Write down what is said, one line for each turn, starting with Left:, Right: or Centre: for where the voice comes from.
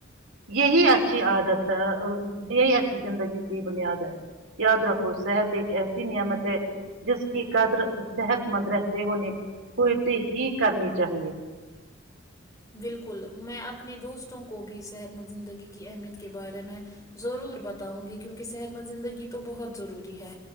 Right: یہی اچھی عادت ہے یہی اچ زندگی کی بنیاد ہے یاد رکھو صحت ایک ایسی نعمت ہے جس کی قدر صحت مند رہتے ہونے کوئیتی ہی کرنی چاہیے
Left: بالکل میں اپنے دوستوں کو بھی صحت مند زندگی کی اہمیت کے بارے میں ضرور بتاؤں گی کیونکہ صحت مند زندگی تو بہت ضروری ہے